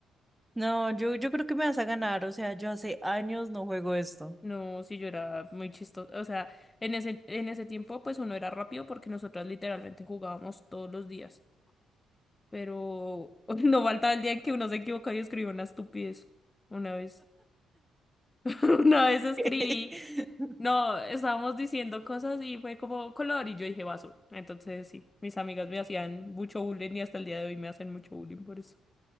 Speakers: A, in the centre; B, on the left.
A: No, yo, yo creo que me vas a ganar. O sea, yo hace años no juego esto.
B: No, sí, yo era muy chistoso. O sea, en ese, en ese tiempo, pues uno era rápido porque nosotras literalmente jugábamos todos los días. Pero <laughs> no faltaba el día en que uno se equivocaba y escribió una estupidez. Una vez, <laughs> una vez escribí.
A: <laughs>
B: No, estábamos diciendo cosas y fue como color y yo dije vaso. Entonces, sí, mis amigas me hacían mucho bullying y hasta el día de hoy me hacen mucho bullying por eso.